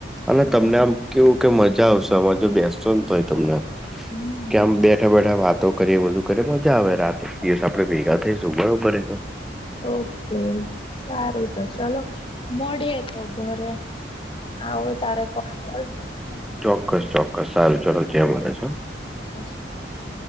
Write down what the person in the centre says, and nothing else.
અને
તમને આમ કેવું કે મજા આવશે અમાં જો બેસજો જ ને તો હોય તમને.
કે આમ બેઠા-બેઠા વાત તો કરીએ, બધું કરીએ, મજા આવે રાતે. એક દિવસ આપડે ભેગા થઈશું બરોબર એ તો.
ચોક્કસ-ચોક્કસ, સારું ચાલો <unintelligible>